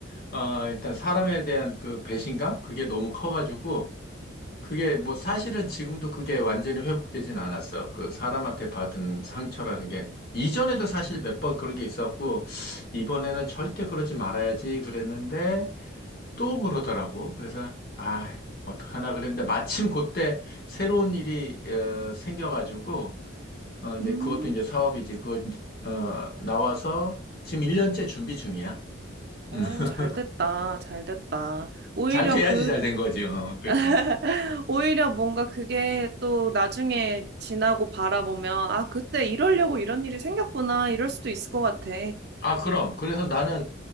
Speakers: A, on the left (about 50°); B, on the right (about 55°).
A: 아, 일단 사람에 대한 그 배신감? 그게 너무 커가지고 그게 뭐 사실은 지금도 그게 완전히 회복되진 않았어. 그 사람한테 받은 상처라는 게 이전에도 사실 몇 번 그런 게 있었고 이번에는 절대 그러지 말아야지 그랬는데 또 그러더라고. 그래서 아, 어떡하나 그랬는데 마침 그때 새로운 일이 어, 생겨가지고 어, 이제
B: 음,
A: 그것도 이제 사업이지. 그거 이제, 어, 나와서 지금 1년째 준비 중이야.
B: 어,
A: 음. <laughs>
B: 잘 됐다. 잘 됐다. 오히려
A: 잘 돼야지
B: 그
A: 잘 된 거지. 어, 그렇지.
B: <laughs> 오히려 뭔가 그게 또 나중에 지나고 바라보면, 아, 그때 이러려고 이런 일이 생겼구나, 이럴 수도 있을 것 같아.
A: 아, 그럼. 그래서 나는